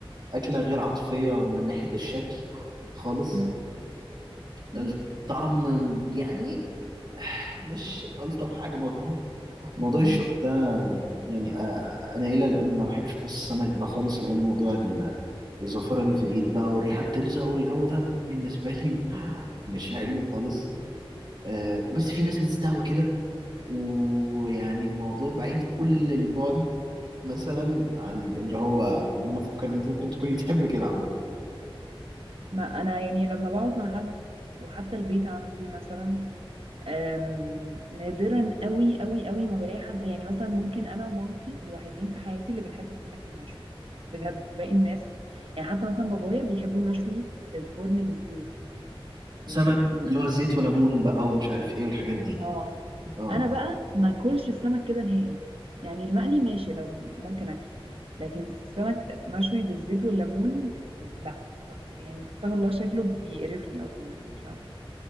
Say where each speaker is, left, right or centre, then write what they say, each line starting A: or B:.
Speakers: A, on the right; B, on the right.
A: أكلة غير عاطفية من ناحية الشكل خالص
B: مم. مم.
A: الطعم يعني مش ألطف حاجة برضه موضوع
B: مم.
A: الشوك ده يعني آه، أنا إلى الآن ما بحبش أبص السمك ده خالص لأن موضوع ال- الزفرة اللي في الإيد بقى والريحة بتلزق والجو ده بالنسبة <laughs> لي مش حلو خالص آه، بس في ناس بتستهوى كده ويعني الموضوع بعيد كل البعد مثلا عن اللي هو ان انا افكر ان انت ممكن تكوني <laughs> بتحبي كده عامه
B: ما أنا يعني لما بقعد مع حد وحتى البيت عندي مثلا آم، نادرا قوي قوي قوي ما بلاقي حد يعني مثلا ممكن أنا ومامتي الوحيدين في حياتي اللي بنحب السمك المشوي بجد باقي الناس يعني حتى مثلا بابايا بيحبوا مشوي في الفرن بالزيت
A: سمك
B: م- م-
A: اللي هو زيت وليمون بقى ومش عارف ايه والحاجات دي
B: اه
A: اه
B: انا بقى ما اكلش السمك كده نهائي يعني المقلي ماشي لو ممكن اكله لكن السمك مشوي بالزيت والليمون لا استغفر يعني استغفر الله شكله بيقرفني اصلا مش عارفه